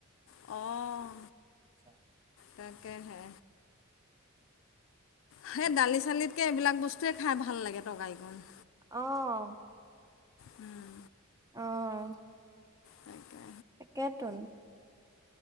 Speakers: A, on the left; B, on the right.
A: অ',
B: আচ্ছা।
A: তাকে হে। সেই দালি চালিতকে এইবিলাক বস্তুৱে খাই ভাল লাগে তৰকাৰিকন।
B: অ',
A: উম,
B: অ',
A: তাকে
B: তাকেতো